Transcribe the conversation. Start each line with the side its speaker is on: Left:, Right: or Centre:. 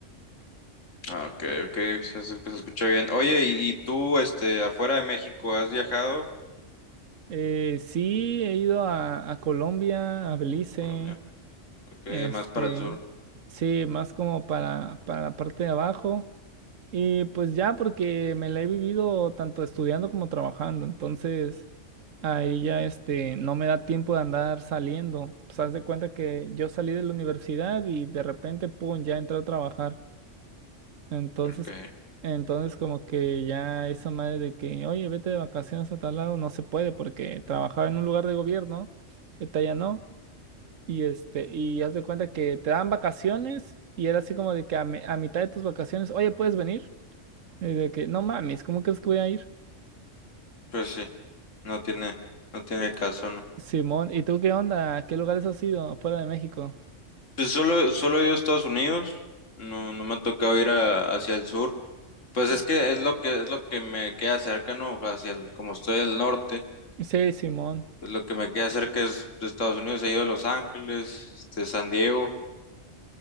Left: Ah, ok, ok, se, se- se escucha bien. Oye, ¿y, y tú, este, afuera de México, has viajado?
Right: Eh, sí, he ido a, a Colombia, a Belice,
Left: Colombia, ok,
Right: este,
Left: más para el sur,
Right: sí, más como para, para la parte de abajo. Y pues ya, porque me la he vivido tanto estudiando como trabajando, entonces... Ahí ya este, no me da tiempo de andar saliendo. Pues haz de cuenta que yo salí de la universidad y de repente, pum, ya entré a trabajar. Entonces,
Left: ok,
Right: entonces como que ya esa madre de que, oye, vete de vacaciones a tal lado, no se puede porque trabajaba en un lugar de gobierno, esta ya no. Y este, y haz de cuenta que te dan vacaciones y era así como de que a, mi- a mitad de tus vacaciones, oye, ¿puedes venir? Y de que, no mames, ¿cómo crees que voy a ir?
Left: pues sí. No tiene, no tiene
Right: Eh,
Left: caso, ¿no?
Right: Simón, ¿y tú qué onda? ¿A qué lugares has ido fuera de México?
Left: Pues solo, solo he ido a Estados Unidos, no, no me ha tocado ir a- hacia el sur. Pues es que es lo que es lo que me queda cerca, ¿no? Hacia el, como estoy al norte,
Right: Sí, Simón.
Left: pues lo que me queda cerca es de Estados Unidos, he ido a Los Ángeles, este, San Diego,